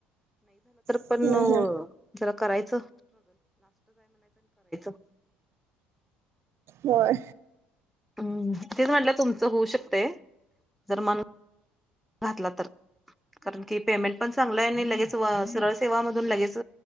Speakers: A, on the right; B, in the centre.
A: हम्म
B: पण,
A: हम्म
B: प करायचं, <unintelligible>
A: होय
B: हम् तेच म्हटलं तुमचं होऊ शकते. जर मन घातला तर कारण की पेमेंट पण चांगलाय. सळ सवाध लगेच